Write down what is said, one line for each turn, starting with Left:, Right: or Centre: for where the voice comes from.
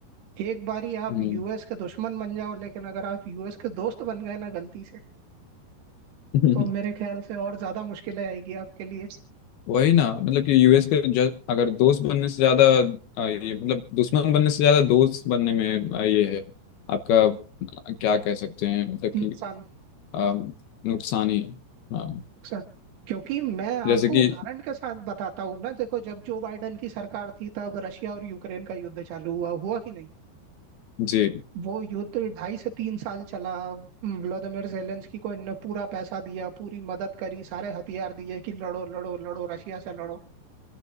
Right: एक बारी आप
Left: हम्म
Right: यूएस के दुश्मन बन जाओ लेकिन अगर आप यूएस के दोस्त बन गए ना गलती से
Left: <laughs>
Right: तो मेरे ख्याल से और ज्यादा मुश्किलें आएगी आपके लिए
Left: वही ना मतलब कि यूएस के ज, अगर दोस्त बनने से ज्यादा अ, ये मतलब दुश्मन बनने से ज्यादा दोस्त बनने में अ, ये है आपका क्या कह सकते हैं मतलब
Right: नुकसान
Left: अम, नुकसान ही है हाँ
Right: नुकसान क्योंकि मैं आपको
Left: जैसे कि
Right: उदाहरण के साथ बताता हूँ ना देखो जब जो बाइडन की सरकार थी तब रशिया और यूक्रेन का युद्ध चालू हुआ हुआ कि नहीं
Left: जी
Right: वो युद्ध ढाई से तीन साल चला व्लादिमीर जेलेंस्की को इनने पूरा पैसा दिया पूरी मदद करी सारे हथियार दिए कि लड़ो लड़ो लड़ो रशिया से लड़ो